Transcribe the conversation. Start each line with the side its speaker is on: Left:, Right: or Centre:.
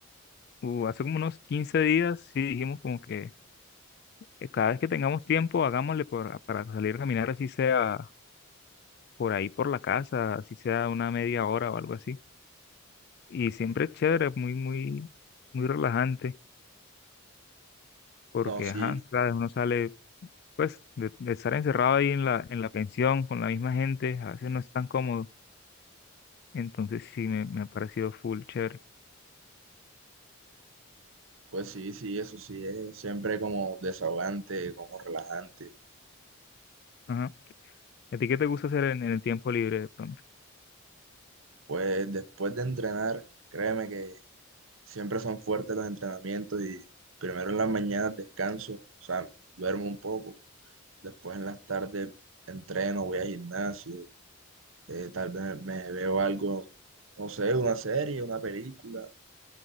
Left: Uh, hace como unos 15 días sí dijimos como que eh, cada vez que tengamos tiempo hagámosle por, para salir a caminar así sea por ahí por la casa, así sea una media hora o algo así. Y siempre es chévere, muy, muy, muy relajante, porque,
Right: No,
Left: ajá,
Right: sí,
Left: sabes, uno sale, pues, de, de estar encerrado ahí en la, en la pensión con la misma gente, a veces no es tan cómodo. Entonces sí, me, me ha parecido full chévere.
Right: pues sí, sí, eso sí es siempre como desahogante, como relajante
Left: Ajá. ¿A ti qué te gusta hacer en, en el tiempo libre de pronto?
Right: Pues después de entrenar, créeme que siempre son fuertes los entrenamientos y primero en las mañanas descanso, o sea, duermo un poco, después en las tardes entreno, voy al gimnasio, eh, tal vez me veo algo, no sé, una serie, una película,